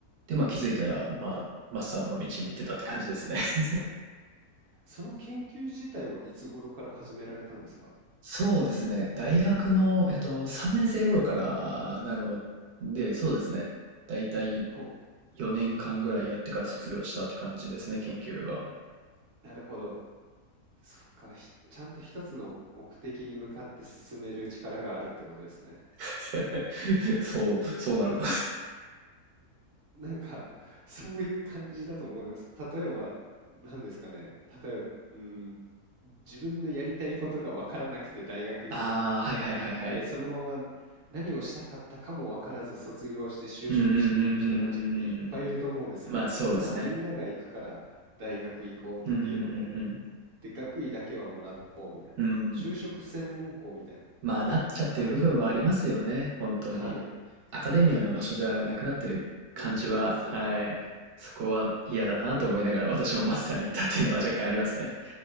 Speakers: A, on the right; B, on the right.
A: で、まあ、気づいたら、まあ、マスターの道に行ってたって感じですね。<laughs>
B: その研究自体はいつ頃から始められたんですか？
A: そうですね。大学の、えっと、3年生頃からなので、そうですね。だいたい
B: ほ
A: 4年間ぐらいやってから卒業したって感じですね、研究は。
B: う、なるほど。そっか、ひちゃんと一つの目的に向かって進める力があるってことですね。
A: <laughs> そう、そうなのかな。
B: なんか、<laughs> そういう感じだと思います。例えば、何ですかね。例えば、うん、自分のやりたいことがわからなくて大学に
A: <laughs> ああ、はいはいはいはい。
B: 行って、そのまま何をしたかったかもわからず卒業して就職していく人たちっていっぱいいると思うんですよ。
A: うんうんうんうんうんうんうん。まあそうですね。
B: ただみんなが行くから大学行こうっていうので、
A: うんうんうん
B: で、学位だけはもらうと、
A: うん。うん。
B: 就職専門校みたいな
A: まあ、なっちゃってる部分はありますよね、
B: 感じに
A: 本当に。
B: はい、
A: アカデミアの場所じゃなくなってる感じは、
B: なってますよね。
A: はい。そこは嫌だなと思いながら私もマスターに行ったっていうのは若干ありますね。
B: <laughs> ふふ